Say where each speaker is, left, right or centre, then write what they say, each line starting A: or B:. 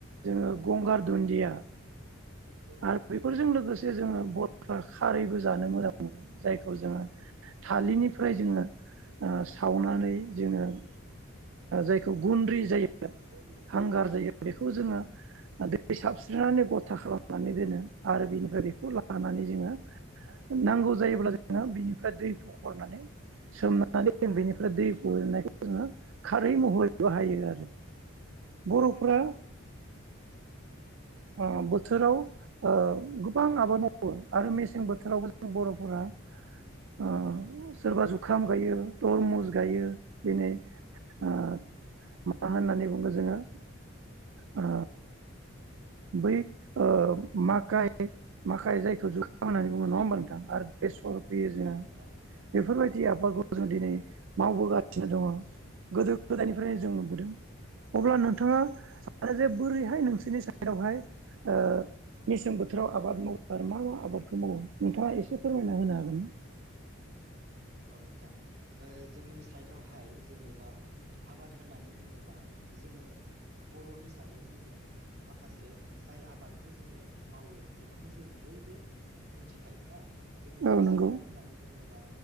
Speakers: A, on the right; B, on the right.
A: जोङो गंगार दुन्दिया आरो बेफोरजों लोगोसे जोङो बर'फ्रा खारैबो जानो मोजां मोनो जायखौ जोङो थालिरनिफ्राय जोङो ओ सावनानै जोङो ओ जायखौ गुन्द्रि जायो हांगार जायो बेखौ जोङो ओ दै सारस्रिनानै गथा खालामनानै दोनो आरो बिनिफ्राय बेखौ लानानै जोङो नांगौ जायोब्ला जोङो बिनिफ्राय दै फखरनानै सोमनानै जों बेनिफ्राय दै गनायखौ जोङो खारै महरै बाहायो आरो। बर'फोरा ओ बोथोराव ओ गोबां आबाद मावो आरो मेसें बोथोरावबो जों बर'फोरा ओ सोरबा जुखाम गायो तरमुस गायो दिनै ओ मा होननानै बुङो जोङो ओ बै ओ‌ माखाय माखाय जायखौ जुखाम होननानै बुङो नङा होमबा नोंथां आरो बेसर फोयो जोङो
B: औ नोंथां
A: बेफोरबाय जि आबादखौ जोंङो दिनै मावबोगासिनो दङ गोदो गोदायनिफ्रायनो जों नुबोदों
B: औ
A: अब्ला नोंथाङा सानो जे बोरैहाय नोंसोरनि साइ जेरावहाय ओ मेसें बोथोराव आबाद मावो आरो मा मा आबादखौ मावो नोंथाङा एसे फोरमायना होनो हागोन ना?
B: औ नोंथां ओ जोंनि साइदआवहाय जेन'बा आबाद होननानै बुङोबा जोङो बर' हिसाबै जोङो माखासे जाय आबादखौ जोङो मावो बेखौनो जों बयबो मिथिखायो ना। जोङो
A: औ
B: मेसेङाव
A: नंगौ
B: होननानै बुङोबा